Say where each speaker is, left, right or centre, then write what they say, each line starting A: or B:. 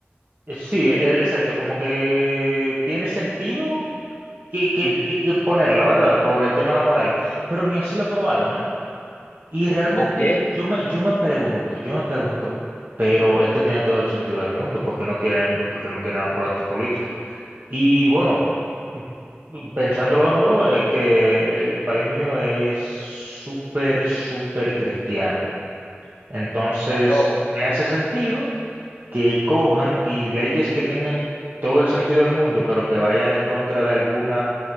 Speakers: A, on the right; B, on the left.
A: eh, sí, e- exacto, como que tiene sentido que, que,
B: Ujú.
A: que ponerla, ¿verdad? Por el tema de la moral, pero ni así lo aprobaron, ¿eh? Y realmente
B: Ok.
A: yo me, yo me pregunto,
B: Ujú.
A: yo me pregunto, pero esto tiene todo el sentido del mundo, ¿por qué no quieren, por qué no quieren aprobar esta política? Y bueno, mm, pensándolo de nuevo, es que el país mío es súper, súper cristiano. Entonces,
B: Oh.
A: me hace sentido que cojan
B: Ujú.
A: y leyes que tengan todo el sentido del mundo, pero que vayan en contra de algún